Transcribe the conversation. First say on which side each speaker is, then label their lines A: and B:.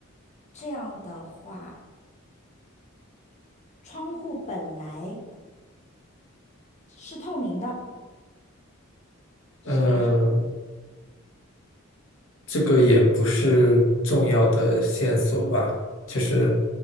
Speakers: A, on the left; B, on the left.
A: 这样的话，窗户本来是透明的，是还是？
B: 嗯，这个也不是重要的线索吧，就是